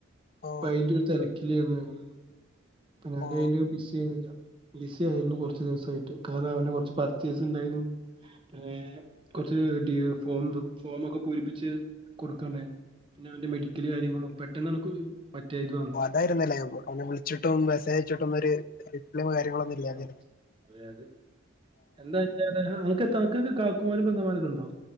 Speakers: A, on the left; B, on the right.
A: ഓ
B: അപ്പ അയിന്റെ ഒരു തെരക്കിലായിരുന്നു ഞങ്ങള്. ഞാൻ
A: ഓ
B: അയിന് ബിസി <unintelligible> ബിസി ആയിരുന്നു കൊർച്ച് ദിവസായിട്ട് കാരണം അവന് കൊർച്ച് പർച്ചേസ് ണ്ടായിരുന്നു പിന്നെ കൊർച്ച് ഡിയേ ഫോം ഫോമക്കെ പൂരിപ്പിച്ച് കൊടുക്കണ്ടായിരുന്നു. പിന്നവൻ്റെ മെഡിക്കല് കാര്യങ്ങള് പെട്ടെന്നമുക്ക് മറ്റേതു
A: ഓ അതായിരുന്നല്ലേ ഓന വിളിച്ചിട്ടും മെസ്സേജ്ച്ചിട്ടൊന്നും ഒരു റിപ്ലൈയും കാര്യങ്ങളൊന്നും ഇല്ലാതെ
B: ആഹ് അതെ, അതെ എന്താ <unintelligible> നക്ക് തണക്ക് കാക്കുമാരും ബംഗമാരൊക്കെ ഉണ്ടോ.